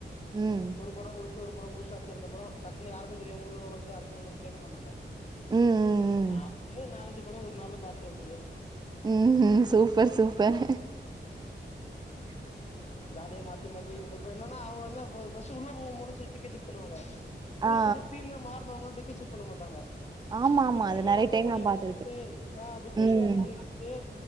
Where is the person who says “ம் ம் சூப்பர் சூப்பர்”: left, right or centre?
Right